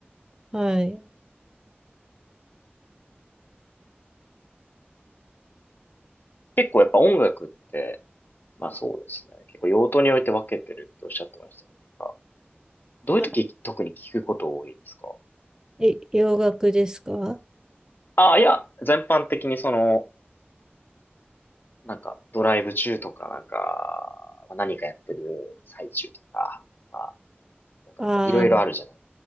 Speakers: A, on the right (about 15°); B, on the left (about 55°).
A: はい。
B: 結構やっぱ音楽って、まあそうですね。結構用途において分けてるっておっしゃってましたけど、なんかどういう時特に聞くこと多いですか
A: はえ、洋楽ですか
B: ああ、いや、全般的にその、なんかドライブ中とかなんか、まあ何かやってる最中とか、まあなんかいろいろあるじゃない。
A: ああー、